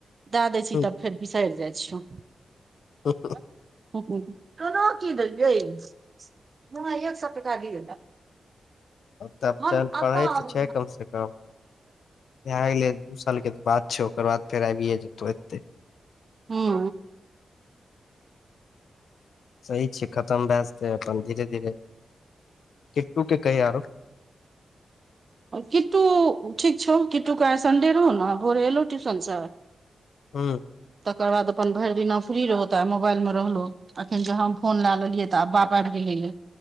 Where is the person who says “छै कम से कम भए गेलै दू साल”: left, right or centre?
Left